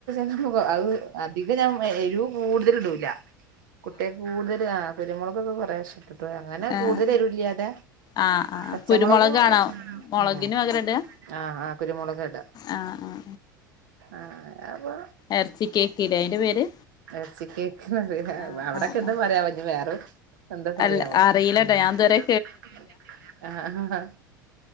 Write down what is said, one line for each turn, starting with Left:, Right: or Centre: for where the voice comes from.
Right: <unintelligible> അധികം ഞാൻ എരു കൂടുതല്ടൂല കുട്ട്യാക് കൂടുതല് ആഹ് കുരുമുളകൊക്കെ കൊറേശെ പ്പ് അങ്ങനെ
Left: ആഹ്
Right: കൂടുതല് എരു ഇല്ല്യാതെ <unintelligible>
Left: ആഹ് ആഹ്
Right: പച്ചമൊളകും
Left: കുരുമുളകാണോ മൊളകിന്
Right: ആഹ്
Left: പകരം ഇടാ
Right: ആഹ് ആഹ് കുരുമുളക് ഇടാ
Left: ആഹ് ആഹ്
Right: ആഹ് അപ്പോ
Left: എറച്ചി കേക്കിലെ അയിന്റെ പേര്
Right: എറച്ചി കേക്ക് പറീല
Left: ആഹ്
Right: അവിടൊക്കെ
Left: ആഹ്
Right: എന്താ
Left: ആഹ്
Right: പറയാവോനി വേറെ എന്താ പറയാവോ
Left: അല്ല അറിയില്ലട്ടോ
Right: അറീലട്ടോ ഞാൻ ഇത്
Left: ഇതുവരെ
Right: വരെ കേട്ടിട്ടില്ല അഹ ഹ ഹ